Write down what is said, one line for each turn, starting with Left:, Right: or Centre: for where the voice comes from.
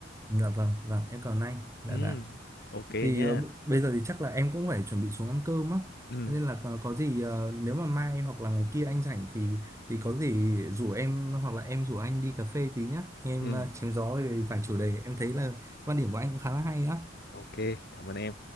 Right: dạ vâng vâng em cảm ơn anh dạ
Left: ừ
Right: dạ
Left: ok
Right: thì
Left: nhá
Right: ờ, b- bây giờ thì chắc là em cũng phải chuẩn bị xuống ăn cơm á
Left: ừ
Right: Thế nên là có, có gì ờ, nếu mà mai hoặc là ngày kia anh rảnh thì thì có gì rủ em hoặc là em rủ anh đi cà phê tí nhá anh em
Left: ừ
Right: ờ, chém gió về vài chủ đề em thấy là quan điểm của anh cũng khá là hay á
Left: ok cảm ơn em